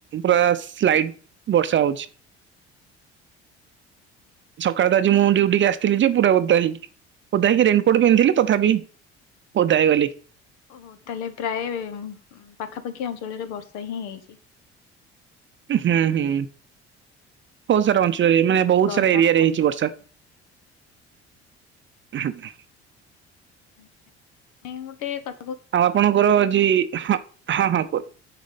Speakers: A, on the right; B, on the left.
A: ପୁରା ସ୍ଲାଇଟ ବର୍ଷା ହଉଛି।
B: <inaudible>
A: ସକାଳେ ତ ଆଜି ମୁଁ
B: ଭଲ
A: ଡ୍ୟୁଟିିକି ଆସିଥିଲି ଯେ ପୁରା ଓଦା ହେଇକି। ଓଦାହେଇକି ରେନିକୋଟ୍ ପିନ୍ଧିଲି ତଥାବି ଓଦା ହେଇଗଲି।
B: ଓହୋ ତାହେଲେ ପ୍ରାୟେ ଉଁ ପାଖାପାଖି ଅଞ୍ଚଳରେ ବର୍ଷା ହିଁ ହେଇଛି।
A: ହୁଁ ହୁଁ ବୋହୁତ ସାରା ଅଞ୍ଚଳରେ ମାନେ ବୋହୁତ
B: ଗରମରୁ
A: ସାରା ଏରିଆରେ
B: ଆସ୍ଵସ୍ତି
A: ହେଇଚି ବର୍ଷା। ହୁଁଉଁ।
B: ଆଛା ଇଁ ଗୋଟେ କ
A: ଆଉ ଆପଣଙ୍କର ଯି ହଁ ହଁ ହଁ କୁହ।